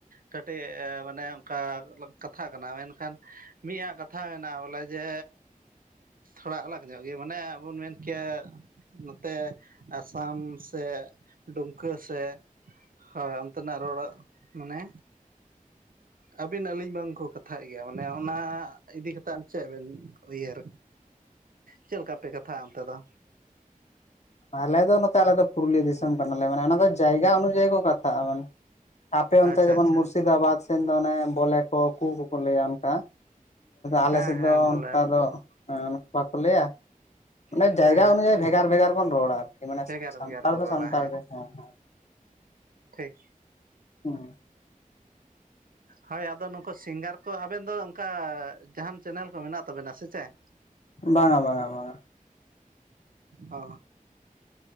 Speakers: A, on the right; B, on the left.
A: ᱠᱟᱹᱴᱤᱡ ᱢᱟᱱᱮ ᱚᱱᱠᱟ ᱞᱟᱝ ᱠᱟᱛᱷᱟᱜ ᱠᱟᱱᱟ ᱢᱮᱱᱠᱷᱟᱱ ᱢᱤᱜ ᱟᱜ ᱠᱟᱛᱷᱟ ᱢᱮᱱᱟᱜᱼᱟ ᱵᱚᱞᱮ ᱡᱮ ᱛᱷᱚᱲᱟ ᱟᱞᱟᱜ ᱧᱚᱜ ᱜᱮ ᱢᱟᱱᱮ ᱟᱵᱚ ᱵᱚᱱ ᱢᱮᱱ ᱠᱮᱭᱟ, ᱱᱚᱛᱮ ᱟᱥᱟᱢ ᱥᱮ ᱰᱩᱢᱠᱟᱹ ᱥᱮᱜ ᱦᱳᱭ ᱚᱱᱛᱮᱱᱟᱜ ᱨᱚᱲᱚ ᱢᱟᱱᱮ
B: <inaudible>
A: ᱟᱹᱵᱤᱱ ᱟᱹᱞᱤᱧ ᱵᱟᱝᱠᱚ ᱠᱟᱛᱷᱟᱜ ᱜᱮᱭᱟ ᱢᱟᱱᱮ ᱚᱱᱟ ᱤᱫᱤ ᱠᱟᱛᱮᱫ ᱪᱮᱫ ᱵᱮᱱ ᱩᱭᱦᱟᱹᱨ ᱪᱮᱫ ᱞᱮᱠᱟ ᱯᱮ ᱠᱟᱛᱷᱟᱜᱼᱟ ᱚᱱᱛᱮ ᱫᱚ?
B: ᱟᱞᱮ ᱫᱚ ᱱᱚᱛᱮ ᱟᱞᱮ ᱫᱚ ᱯᱩᱨᱩᱞᱤᱭᱟᱹ ᱫᱤᱥᱚᱢ ᱠᱟᱱᱟᱞᱮ ᱢᱟᱱᱮ ᱚᱱᱟ ᱫᱚ ᱡᱟᱭᱜᱟ ᱚᱱᱩᱡᱟᱭᱤ ᱠᱚ ᱠᱟᱛᱷᱟᱜᱼᱟ ᱢᱟᱱᱮ᱾ ᱟᱯᱮ ᱚᱱᱛᱮ
A: ᱟᱪᱪᱷᱟ
B: ᱡᱮᱢᱚᱱ
A: ᱟᱪᱪᱷᱟ
B: ᱢᱩᱨᱥᱤᱫᱟᱵᱟᱫᱽ ᱥᱮᱱ ᱫᱚ ᱚᱱᱮ ᱵᱚᱞᱮ ᱠᱚ ᱠᱩ ᱠᱚᱠᱚ ᱞᱟᱹᱭᱼᱟ ᱚᱱᱠᱟ ᱟᱞᱮ
A: ᱦᱮᱸ
B: ᱥᱮᱫ
A: ᱦᱮᱸ
B: ᱫᱚ
A: ᱵᱚᱞᱮ
B: ᱚᱱᱠᱟ ᱫᱚ ᱵᱟ ᱠᱚ ᱞᱟᱹᱭᱼᱟ ᱢᱟᱱᱮ
A: ᱦᱮᱸ
B: ᱡᱟᱭᱜᱟ
A: ᱦᱮᱸ
B: ᱚᱱᱩ ᱡᱟᱭᱤ ᱵᱷᱮᱜᱟᱨ ᱵᱷᱮᱜᱟᱨ ᱵᱚᱱ ᱨᱚᱲᱟ ᱟᱨ ᱠᱤ ᱢᱟᱱᱮ
A: ᱵᱷᱮᱜᱟᱨ
B: ᱥᱟᱱᱛᱟᱲ
A: ᱵᱷᱮᱜᱟᱨ ᱵᱚᱱ
B: ᱫᱚ
A: ᱨᱚᱲᱟ
B: ᱥᱟᱱᱛᱟᱲ ᱜᱮ ᱦᱮᱸ ᱦᱮᱸ
A: ᱴᱷᱤᱠ
B: <unintelligible>
A: ᱦᱳᱭ ᱟᱫᱚ ᱱᱩᱠᱩ ᱥᱤᱝᱜᱟᱨ ᱠᱚ ᱟᱵᱮᱱ ᱫᱚ ᱚᱱᱠᱟ ᱡᱟᱦᱟᱱ ᱪᱮᱱᱮᱞ ᱠᱚ ᱢᱮᱱᱟᱜ ᱛᱟᱵᱮ ᱱᱟ ᱥᱮ ᱪᱮᱫ
B: ᱵᱟᱝᱼᱟ ᱵᱟᱝᱼᱟ ᱵᱟᱝᱼᱟ
A: ᱚ